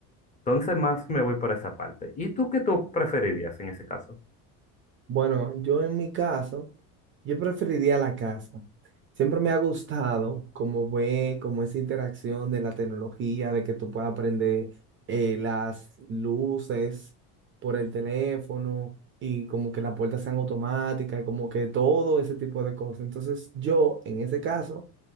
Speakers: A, on the left; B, on the right.
A: Entonces más me voy por esa parte. ¿Y tú qué tú preferirías en ese caso?
B: Bueno, yo en mi caso... Yo preferiría la casa. Siempre me ha gustado como ve, como esa interacción de la tecnología, de que tú puedas aprender eh, las luces por el teléfono y como que las puertas sean automáticas, y como que todo ese tipo de cosas. Entonces yo, en ese caso,